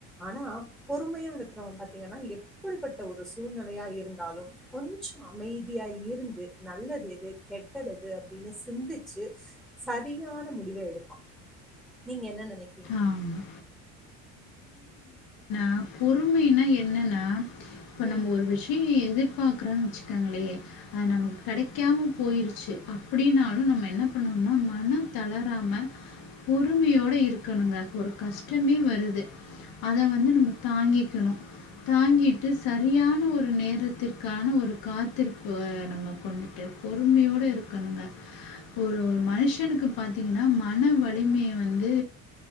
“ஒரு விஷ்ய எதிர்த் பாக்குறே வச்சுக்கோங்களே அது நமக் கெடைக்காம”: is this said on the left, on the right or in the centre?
Left